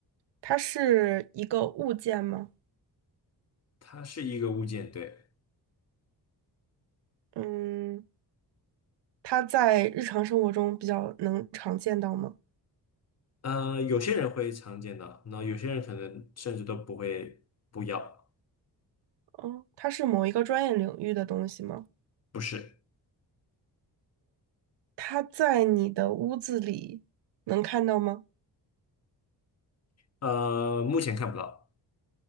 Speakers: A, on the right; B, on the left.
A: 它是一个物件吗？
B: 它是一个物件，对。
A: 嗯，它在日常生活中比较能常见到吗？
B: 呃，有些人会常见到，那有些人可能甚至都不会不要，
A: 哦，它是某一个专业领域的东西吗？
B: 不是。
A: 它在你的屋子里能看到吗？
B: 呃，目前看不到，